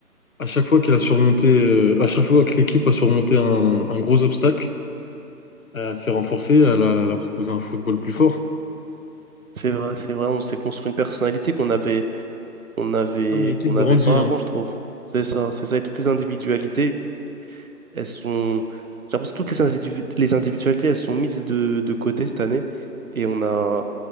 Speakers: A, on the left; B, on the right.
A: à chaque fois qu'elle a surmonté, euh, à chaque fois que l'équipe a surmonté un, un gros obstacle, elle s'est renforcée, elle a, elle a proposé un football plus fort.
B: C'est vrai, c'est vrai, on s'est construit une personnalité qu'on avait, on avait,
A: Non, mais l'équipe
B: qu'on n'avait
A: grandit,
B: pas
A: hein.
B: avant, je trouve. C'est ça, c'est ça, et toutes les individualités. elles sont. J'ai l'impression que toutes les, individu- les individualités, elles sont mises de, de côté cette année. Et on a.